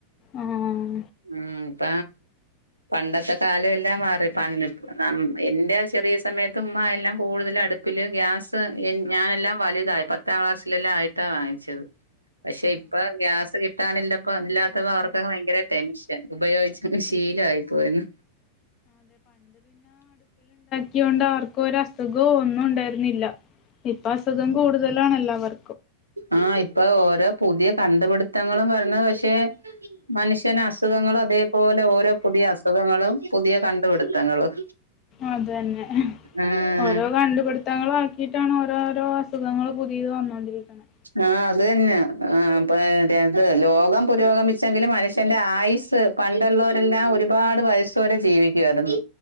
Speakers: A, on the left (about 35°); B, on the right (about 80°).
A: ആഹ്
B: മ് ഇപ്പ പണ്ടത്തെ കാലം എല്ലാം മാറി പണ്ട് ഇപ്പ നം എന്റെ ചെറിയ സമയത്ത് ഉമ്മയെല്ലാം കൂടുതൽ അടുപ്പില് ഗ്യാസ് എൻ ഞാനെല്ലാം വലുതായി പത്താം ക്ലാസ്സിലെല്ലാം ആയിട്ടാ വാങ്ങിച്ചത് പക്ഷെ ഇപ്പ ഗ്യാസ് കിട്ടാനില്ലപ്പോ ഇല്ലാത്തപ്പോ അവർക്കൊക്കെ ഭയങ്കര ടെൻഷൻ ഉപയോഗിച്ച് ശീ ശീലം ആയി പോയെന്ന്
A: ക്കെ ഉണ്ട് അവർ ക്ക്‌ ഒരസുഖോ ഒന്നും ഉണ്ടായിരുന്നില്ല ഇപ്പ അസുഖം കൂടുതലാണല്ലോ വർ
B: ആഹ ഇപ്പൊ ഓരോ പുതിയ കണ്ടുപിടുത്തങ്ങളും വരണ് പക് പക്ഷെ മനുഷ്യന് അസുഖങ്ങൾ അതേപോലെ ഓരോ പുതിയ അസു സുഖങ്ങളും പുതിയ കണ്ടുപിടുത്തങ്ങളും
A: അത് തന്നെ
B: ആഹ്
A: ഓരോ കണ്ടുപിടുത്തങ്ങളും ആ കീട്ടണോ ഓരോ അസുഖങ്ങൾ പുതിയത് വന്നോണ്ടിരിക്ക്‌ണേ
B: ആ അത് തന്നെ ആ പ്പം <unintelligible> ലോകം പുരോഗമിച്ചെങ്കിലും മനുഷ്യന്റെ ആയുസ് പണ്ടുള്ളവരെല്ലാം ഒരുപാട് വയസ്സുവരെ ജീവിക്കുവായിരുന്നു